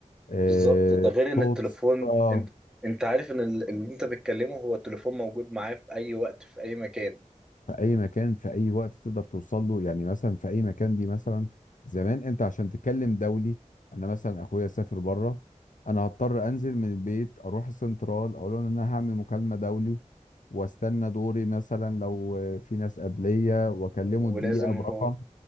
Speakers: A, on the left (about 80°); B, in the centre.
A: آه،
B: بالظبط ده غير إن
A: صوت
B: التليفون
A: صورة
B: أنت أنت عارف إن ال- اللي أنت بتكلمه هو التليفون موجود معاه في أي وقت في أي مكان
A: في اي مكان في اي وقت تقدر توصل له يعني مثلا في اي مكان دي مثلا زمان انت عشان تتكلم دولي انا مثلا اخويا سافر بره انا هضطر انزل من البيت اروح السنترال اقول لهم ان انا هعمل مكالمه دولي واستنى دوري مثلا لو آه، في ناس قبليه واكلمه
B: ولازم
A: الدقيقه برقم
B: هو